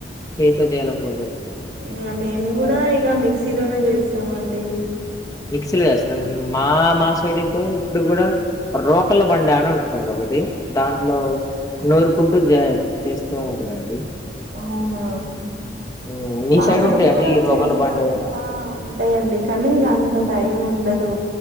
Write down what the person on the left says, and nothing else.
చేతో చేయాల అనుకుంటే
మిక్సిలో చేస్తారండి మా మా సైడ్ అయితే ఇప్పుడు కూడా రో కల బండ అనే ఉంటది ఒకటి దాంట్లో నోరుకుంటూ జ చేస్తూ ఉంటారండి
ఉమ్, మీ
ఉంటాయండి
ఈ రోకల
బండి